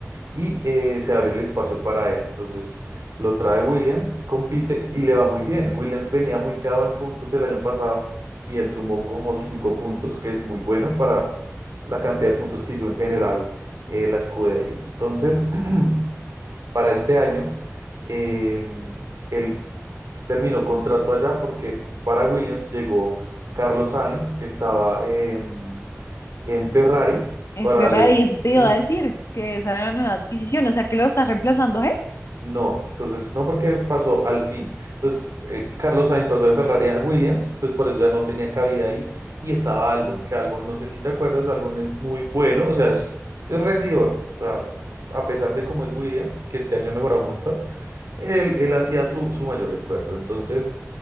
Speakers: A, on the right (about 80°); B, on the left (about 65°).
A: y eh, se abre el espacio para él. Entonces lo trae Williams y compite y le va muy bien. Williams venía muy quedado en puntos el año pasado y él sumó como cinco puntos, que es muy bueno para la cantidad de puntos que hizo en general eh, la escudería. Entonces, <clears throat> para este año, eh, él terminó contrato allá porque para Williams llegó Carlos Sainz, que estaba em, en Ferrari,
B: En
A: para
B: Ferrari,
A: darle el,
B: eso
A: sí,
B: te iba a decir, que esa era la nueva adquisición, o sea, que lo está reemplazando a él.
A: No, entonces no porque pasó al PIN. Entonces eh, Carlos Sainz pasó de Ferrari a Williams, entonces por eso ya no tenía cabida ahí y estaba Albon, que Albon no sé si te acuerdas, Albon es muy bueno, o sea, es, es rendidor, o sea, a pesar de cómo es Williams, que este año ha mejorado un montón, él, él hacía su, su mayor esfuerzo. Entonces